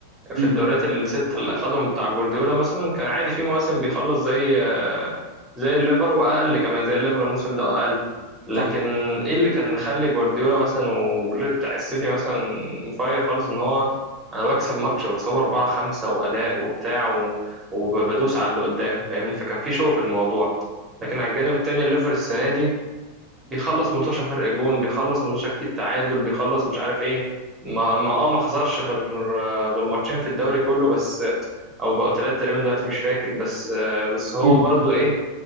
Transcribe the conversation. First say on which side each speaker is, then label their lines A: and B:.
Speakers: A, on the right; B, on the right.
A: في
B: مم.
A: الدوريات الست اللي اخدهم بتاع جوارديولا مثلا كان عادي في مواسم بيخلص زي زي الليفر واقل كمان زي الليفر الموسم ده واقل لكن
B: صح
A: ايه اللي كان مخلي جوارديولا مثلا وبريك بتاع السيتي مثلا مفير خالص ان هو انا بكسب ماتش بكسبه أربعة خمسة واداء وبتاع و... وبدوس على اللي قدامي فاهمني فكان في شو في الموضوع لكن على الجانب التاني الليفر السنة دي بيخلص متوشة فرق جون بيخلص متوشة كتير تعادل بيخلص مش عارف ايه ما ما اه ما خسرش غير غير ماتشين في الدوري كله بس او بقوا ثلاثة تقريبا دلوقتي مش فاكر بس بس هو
B: مم.
A: برضو ايه